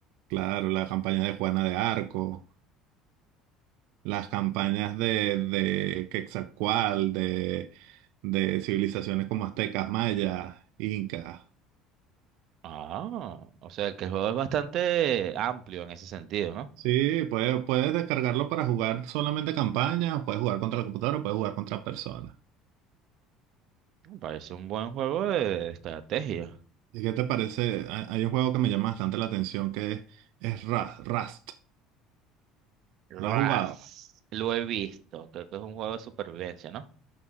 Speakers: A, on the right; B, on the right.
A: Claro, la campaña de Juana de Arco. las campañas
B: ¿no?
A: de, de Quetzalcóatl, de, de civilizaciones como aztecas, mayas, incas.
B: Ah, o sea, que el juego es bastante amplio en ese sentido, ¿no?
A: Sí, puedes, puedes descargarlo para jugar solamente campañas, o puedes jugar contra la computadora, o puedes jugar contra personas.
B: Parece un buen juego de estrategia.
A: ¿Y qué te parece? Hay, hay un juego que me llama bastante la atención que es, es Ra- Rust.
B: Ras.
A: ¿Lo has jugado?
B: Lo he visto. Creo que es un juego de supervivencia, ¿no?